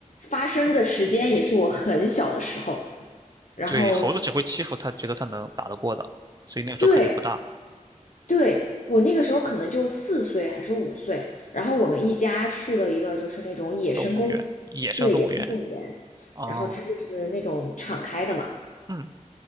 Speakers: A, on the left; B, on the right.
A: 发生的时间也是我很小的时候，然后
B: 对，猴子只会欺负他，觉得他能打得过的，所以那个时候肯定不大。
A: 对，对，我那个时候可能就四岁还是五岁，然后我们一家去了一个就是那种野生公，
B: 动物园，野生动物园
A: 对，野生动物园，
B: 啊，
A: 然后它就是那种敞开的嘛，
B: 嗯，